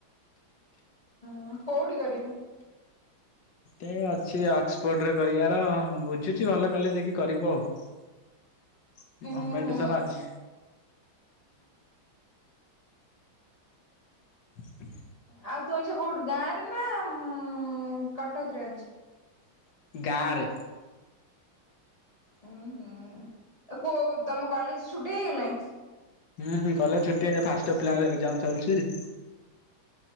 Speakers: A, on the left (about 15°); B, on the left (about 65°).
A: ହୁଁ କୋଉଠି କରିବୁ?
B: ଏ ଅଛି ଅକ୍ସଫୋର୍ଡ ରେ କରିବାର ବୁଝୁଛି ଭଲ କଲେ ଦେକି କରିବୁ ଆଉ।
A: ଉଁ
B: ଗମେଣ୍ଟ
A: ହୁଁ
B: ତ ହଁ <inaudible>
A: ଆଉ ତୁମ ଆଇଛା କୋଉଠୁ ଗାଁ ରେ ନା ଉଁ କଟ କଟକରାଜ
B: ଗାଁରେ
A: ଉଁ ହୁଁ କୋଉ ତମ କଲେଜ ଛୁଟି ହେଇଗଲାଣି
B: ହୁଁ ହୁଁ କଲେଜ ଛୁଟି ହେଲେ ଫାଷ୍ଟ ୟିଅର ପିଲାଙ୍କ ଏଗଜାମ ଚାଲିଛି।